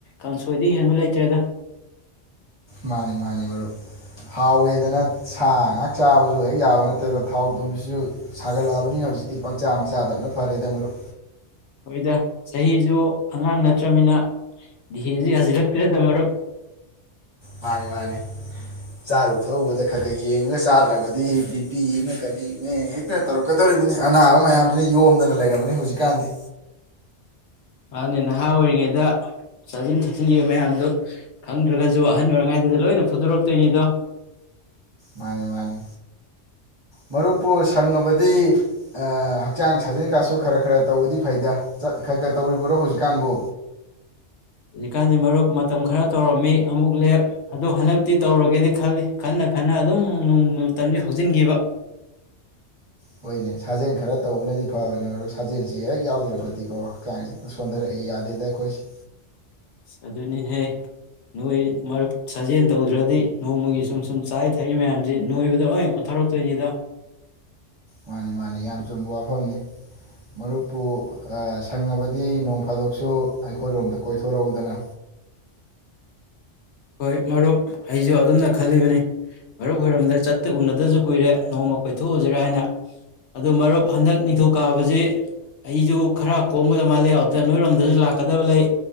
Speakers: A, on the left; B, on the right.
A: ꯀꯥꯡꯁꯣꯏꯗꯩ ꯍꯦꯟꯕ ꯂꯩꯇꯔꯦꯗ
B: ꯃꯥꯟꯅꯦ ꯃꯥꯟꯅꯦ ꯃꯔꯨꯞ ꯍꯥꯎꯋꯦꯗꯅ ꯁꯥ ꯉꯛ ꯆꯥꯕꯗꯨ ꯍꯦꯛ ꯌꯥꯕ ꯅꯠꯇꯦꯗꯣ ꯊꯥꯎ ꯊꯨꯝꯁꯤꯁꯨ ꯁꯥꯒꯠꯂꯛꯑꯕꯅꯤꯅ ꯍꯧꯖꯤꯛꯇꯤ ꯄꯪꯆꯥ ꯃꯆꯥꯗꯕꯅ ꯐꯔꯦꯗ ꯃꯔꯨꯞ
A: ꯆꯨꯝꯃꯦ ꯏꯇꯥꯎ ꯆꯍꯤꯁꯨ ꯑꯉꯥꯡ ꯅꯠꯇꯔꯕꯅꯤꯅ ꯗꯤꯍꯦꯁꯦ ꯌꯥꯁꯤꯜꯂꯛꯇꯔꯦꯗ ꯃꯔꯨꯞ
B: ꯃꯥꯟꯅꯦ ꯃꯥꯟꯅꯦ ꯆꯥꯔꯨ ꯊꯛꯎꯕꯗ ꯈꯔ ꯌꯦꯡꯉꯒ ꯆꯥꯗꯔꯕꯗꯤ ꯕꯤꯄꯤꯅꯦ ꯀꯔꯤꯅꯦꯍꯦꯛꯇ ꯇꯧꯔꯛ ꯀꯗꯧꯔꯤꯕꯅꯤ ꯑꯅꯥꯕ ꯃꯌꯥꯝꯁꯤꯅ ꯌꯣꯝꯗꯅ ꯂꯩꯔꯕꯅꯦ ꯍꯧꯖꯤꯛ ꯀꯥꯟꯁꯤ
A: ꯃꯥꯟꯅꯦ ꯅꯍꯥ ꯑꯣꯏꯔꯤꯉꯩꯗ ꯆꯥ ꯁꯤꯟ ꯊꯛꯆꯤꯟꯈꯤꯕ ꯃꯌꯥꯝꯗꯣ ꯈꯪꯗꯔꯒꯁꯨ ꯑꯍꯜ ꯑꯣꯏꯔꯤꯉꯩꯗ ꯂꯣꯏꯅ ꯐꯨꯗꯣꯛꯂꯛꯀꯇꯣꯏꯅꯤꯗꯣ
B: ꯃꯥꯟꯅꯦ ꯃꯥꯟꯅꯦ ꯃꯔꯨꯞꯄꯨ ꯁꯉꯕꯗꯤ ꯑ ꯍꯛꯆꯥꯡ ꯁꯥꯖꯦꯟꯁꯦꯀꯁꯨ ꯈꯔ ꯈꯔ ꯇꯧꯕꯗꯤ ꯆꯠ ꯐꯩꯗ ꯈꯔ ꯈꯔ ꯇꯧꯔꯤꯕꯣ ꯍꯧꯖꯤꯛꯄꯨ
A: ꯍꯧꯖꯤꯛ ꯀꯥꯟꯁꯦ ꯃꯔꯨꯞ ꯃꯇꯝ ꯈꯔ ꯇꯧꯔꯝꯃꯤ ꯑꯃꯨꯛꯂꯦꯞ ꯑꯗꯣ ꯍꯟꯗꯛꯇꯤ ꯇꯧꯔꯒꯦꯅ ꯈꯜꯂꯤ ꯈꯟꯅ ꯈꯟꯅ ꯑꯗꯨꯝ ꯃꯇꯝꯁꯦ ꯍꯧꯖꯤꯟꯈꯤꯕ
B: ꯍ‌ꯣꯏꯅ‌ꯦ ꯁꯥꯖ‌ꯦꯟꯈꯔꯥ ꯇꯩꯕꯅꯗꯤ ꯐꯥꯕꯅꯤ ꯃꯔꯨꯞ ꯁꯥꯖ‌ꯦꯁꯤ ꯍ‌ꯦꯛ ꯌꯥꯎꯗꯔ꯭ꯥꯕꯗꯤꯀ‌ꯣ ꯍꯛꯆꯥꯡꯁꯤ ꯍ‌ꯦꯛꯇ ꯁ‌ꯣꯟꯗꯔꯥꯛꯏ ꯌꯥꯗꯦꯗ ꯑꯩꯈꯣꯁ‌ꯤ꯫
A: ꯏꯤ! ꯑꯗꯨꯅꯤ ꯍ‌ꯦ ꯅꫭꯏ ꯃꯔꯨꯞ ꯁꯥꯖꯦꯜ ꯇꯧꯗꯔ꯭ꯥꯗꯤ ꯅꫭꯡꯃꯥꯒꯤ ꯁꯨꯝ-ꯁꯨꯝ ꯆꯥꯔꯤ ꯊꯛꯂꯤ ꯃꯌꯥꯝꯁꯤ ꯅꫭꯏꯕꯗ ꯂꫭꯏꯝ ꯑꫭꯟ ꯊꫭꯔꯛ ꯇꫭꯏꯅꯤꯗ꯫
B: ꯃꯥꯅꯤ-ꯃꯥꯅꯤ ꯌꯥꯝ ꯆꯨꯝꯕ ꯋꯥꯐꯝꯅꯤ ꯃꯔꯨꯞꯄꯨ ꯑꯥ ꯁꯪꯂꯥꯕꯗꯤ ꯅꫭꯡꯐꯥꯗꫭꯛꯁꯨ ꯑꯩꯈꫭꯏ ꯔꫭꯝꯗ ꯀꫭꯏꯊꫭꯔꯛ ꯎ-ꯗꯅ꯫
A: ꯍꫭꯏ ꯃꯔꯨꯞ ꯑꯩꯁꯨ ꯑꯗꯨꯝꯅ ꯈꯜꯂꯤꯕꯅꯤ ꯃꯔꯨꯞ ꯍꫭꯏꯔꫭꯝꯗ ꯆꯠꯇ ꯎ-ꯗꯁꯨ ꯀꯨꯏꯔ‌ꯦ ꯅ‌ꯣꯡꯃꯥ ꯀ‌ꯣꯏꯊ‌ꯣꯛ ꯎꯁꯤꯔꯅ ꯑꯗꯨ ꯃꯔꯨꯞ ꯈꯟꯗꯛ ꯅꯤꯡꯊꯧꯀꯥꯕ ꯁꯤ ꯑꯩꯁꯨ ꯈꯔ ꯀꫭꯝꯒꯗꯕ ꯃꯥꯜꯂꯤ ꯑꯗꯨꯗ ꯅꫭꯏꯔꫭꯝꯗ ꯂꯥꯛꯀꯥꯗꯕ ꯂꯩ